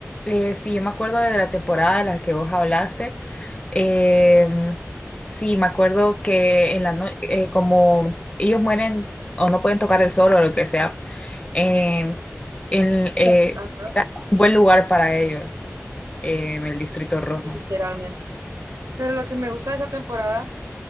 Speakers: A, on the left (about 25°); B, on the right (about 70°).
A: eh, sí, yo me acuerdo de la temporada de la que vos hablaste. Eh, mm, sí, me acuerdo que en la no- eh, como ellos mueren o no pueden tocar el sol o lo que sea, eh, el, eh,
B: ajá,
A: era un buen lugar para ellos, eh, el Distrito Rojo.
B: literalmente. Pero lo que me gusta de esa temporada,